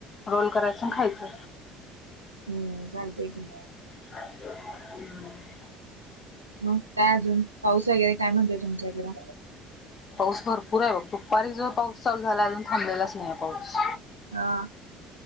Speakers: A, on the left; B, on the right.
A: रोल करायचं खायचं.
B: हम्म चालतय की.
A: हम् <inaudible>
B: मग काय अजून पाऊस वगैरे काय म्हणतोय तुमच्या इकड.
A: पाऊस भरपूर आहे बघ दुपारी जर पाऊस चालू झाला अजून थांबलेलाच नाही पाऊस.
B: हा.